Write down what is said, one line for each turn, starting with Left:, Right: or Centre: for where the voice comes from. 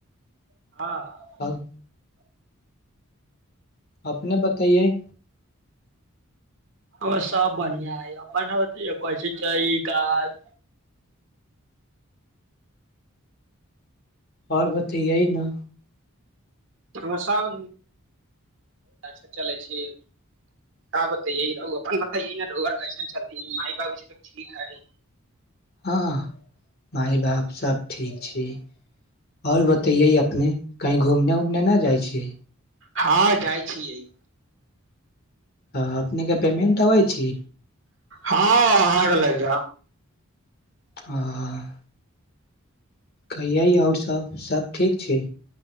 Right: हँ
Left: और अपने बताइयए
Right: ओ सब बढ़िआ है अपन कहै छै काज
Left: आओर बात तऽ यएही ने
Right: हमर सब हाँ चलय छै अपन बतय रौआ आर कैसन चलत मााय बाप त ठीक हइ
Left: हँ माय बाप सभ ठीक छी आओर बतैयै अपने कहीँ घूमने उमने नहि जाइ छी
Right: हँ जाइ छीय
Left: हँ अपने के पेमेंट अबै छै
Right: हँ आ रहलय ग
Left: हँ ह कहिय आओर सब ठीक छै